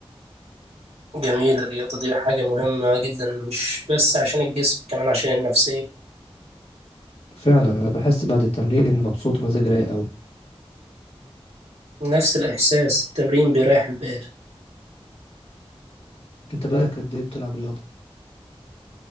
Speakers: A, on the right; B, on the left.
A: جميل الرياضه دي حاجه مهمه جدا مش بس عشان الجسم كمان عشان النفسيه
B: فعلا انا بحس بعد التمرين اني مبسوط ومزاجي رايق قوي
A: نفس الاحساس التمرين بيريح البال
B: انت بقالك قد ايه بتلعب رياضة